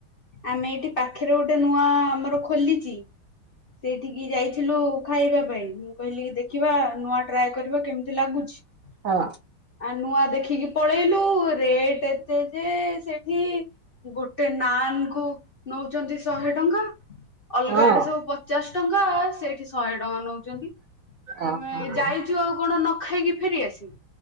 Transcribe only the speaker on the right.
ହଁ।
ହଁ
ଓହୋ